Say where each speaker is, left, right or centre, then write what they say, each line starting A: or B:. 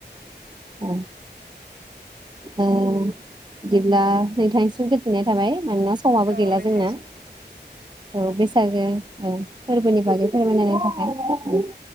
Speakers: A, on the right; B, on the right.
A: <inaudible> ओ बिदिब्ला नोंथांनिसिम गोजोननाय थाबाय मानोना समाबो
B: औ
A: गैला
B: नोंथांसिम
A: जोंना औ बेसे बैसागो औ फोरबोनि
B: ओं
A: बागै फोरमायनायनि थाखाय <inaudible>